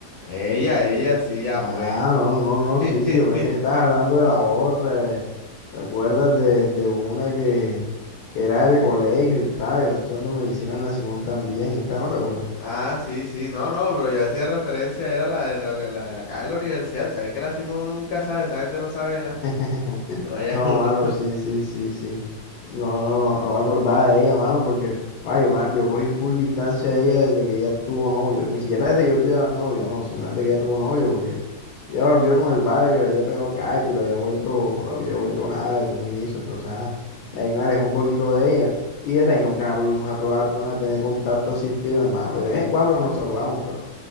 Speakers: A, on the left; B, on the left.
A: Ella, ella, sí, ya
B: Ah,
A: pues.
B: no, no, no,
A: <laughs>
B: sí, sí, yo pensé que estabas hablando de la otra. eh. ¿Te acuerdas de, de una que, que era del colegio y tal? Que está estudiando medicina en la Simón también y tal, ¿no te acuerdas?
A: Ah, sí, sí. No, no, pero yo hacía referencia, era la de la, de la de acá de la universidad. O sea, es que la Simón uno nunca sabe, esa gente no sabe nada.
B: <laughs>
A: <laughs> Vaya
B: No,
A: uno.
B: mano, sí, sí, sí, sí. No, no, no, no me acordaba de ella, mano, porque ay, yo, ma- yo cogí full distancia de ella desde que ella tuvo novio. Ni siquiera desde que yo tuviera novia, no, sino desde que ella tuvo novio, porque ella volvió con el vale que le había pegado cacho, y le había vuelto, le había vuelto nada desde un inicio. Entonces, ah, de ahí me alejé un poquito de ella. Y desde ahí nunca volvimos a, to- a, to- a tener contacto así firme, mano. De vez en cuando que nos saludamos, pero.